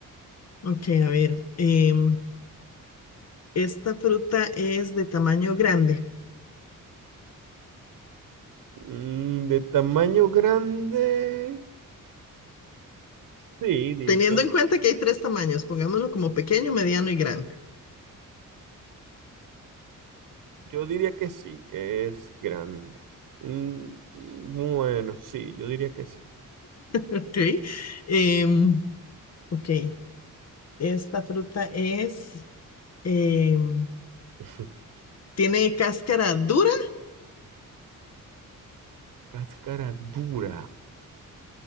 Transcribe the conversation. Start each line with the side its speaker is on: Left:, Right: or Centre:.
Left: ok, a ver. em, Esta fruta es de tamaño grande.
Right: Mm, de tamaño grande, sí, di-
Left: Teniendo
Right: yo,
Left: en cuenta que hay tres tamaños, pongámoslo como pequeño, mediano y grande. <laughs>
Right: yo diría que sí, que es grande. Mm, mm, bueno, sí, yo diría que sí.
Left: Ok. Em, ok. Esta fruta es, em,
Right: <laughs>
Left: tiene cáscara dura,
Right: Cáscara dura,